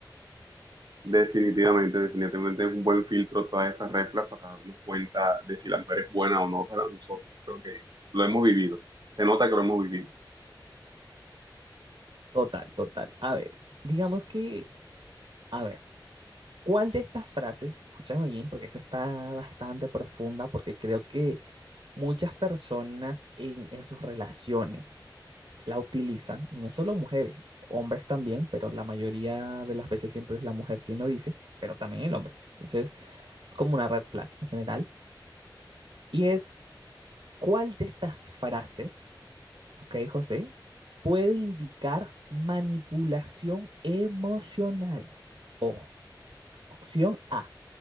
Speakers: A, on the right (about 60°); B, on the right (about 90°).
A: Definitivamente, definitivamente es un buen filtro todas estas reglas para darnos cuenta de si la mujer es buena o no para nosotros. Creo que lo hemos vivido. Se nota que lo hemos vivido.
B: Total, total. A ver, digamos que, a ver, ¿Cuál de estas frases, escúchame bien, porque esta está bastante profunda, porque creo que muchas personas en, en sus relaciones la utilizan, y no solo mujeres, hombres también, pero la mayoría de las veces siempre es la mujer quien lo dice, pero también el hombre. Entonces, es como una red flag en general. Y es, ¿cuál de estas frases, ok, José, puede indicar manipulación emocional? Ojo, opción A